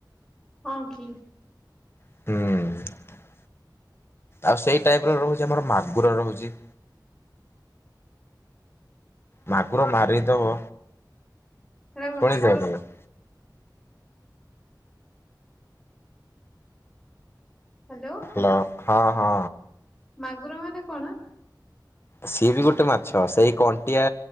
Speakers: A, in the centre; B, on the left.
A: ହଁ କି।
B: ହୁଁ। ଆଉ ସେଇ ଟାଇପର ରହୁଛି, ଆମର ମାଗୁର ରହୁଛି। ମାଗୁର ମାରିଦବ।
A: ସେଟା କଣ
B: ଶୁଣିଥିବ
A: ମାଗୁର
B: କେବେ?
A: ହାଲୋ।
B: ହାଲୋ, ହଁ ହଁ।
A: ମାଗୁର ମାନେ କଣ?
B: ସିଏ ବି ଗୋଟେ ମାଛ। ସେଇ କଣ୍ଟିଆ